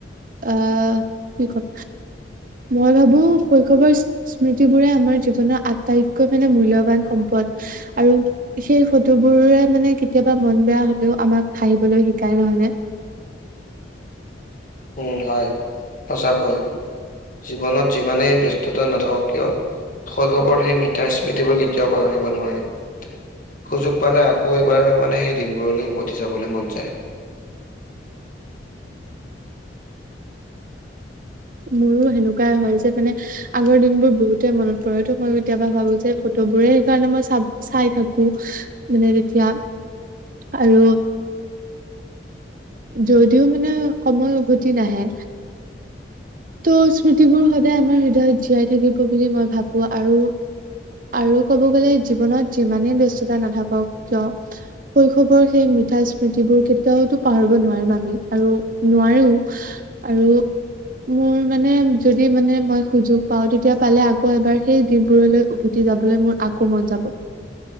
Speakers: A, on the right; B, on the left.
A: আহ কি কম। মই ভাবো শৈশৱৰ। স্মৃতি বোৰে আমাৰ জীৱনৰ আটাইতকৈ মানে মূল্যবান সম্পদ। আৰু সেই ফটোবোৰে মানে কেতিয়াবা মন বেয়া হলেও আমাক হাঁহিবলৈ শিকাই নহয় নে।
B: উম হয় সঁচাকৈ জীৱনত যিমানেই ব্যস্ততা নাথাকক কিয়। শৈশৱৰ সেই মিঠা স্মৃতিবোৰ কেতিয়াও পাহৰিব নোৱাৰি। সুযোগ পালে আকৌ এইবাৰ মানে সেই দিনবোৰলৈ উভতি যাবলৈ মন যায়।
A: মোৰো সেনেকুৱাই হয় যে মানে। আগৰ দিনবোৰ বহুতে মনত পৰেতো মই কেতিয়াবা ভাবো যে ফটোবোৰে সেইকাৰণে মই চাব। চাই থাকো মানে তেতিয়া আৰু। যদিও মানে সময় উভতি নাহে। ত' স্মৃতিবোৰ সদায় আমাৰ হৃদয়ত জীয়াই থাকিব বুলি মই ভাবো আৰু। আৰু ক'ব গ'লে জীৱনত যিমানেই ব্যস্ততা নাথাকক কিয়। শৈশৱৰ সেই মিঠা স্মৃতিবোৰ কেতিয়াওতো পাহৰিব নোৱাৰিম আমি আৰু নোৱাৰিও। আৰু। মোৰ মা। মানে যদি মানে মই সুযোগ পাওঁ তেতিয়া পালে আকৌ এবাৰ সেই দিনবোৰলৈ উভতি যাবলৈ মোৰ। কোমন যাব।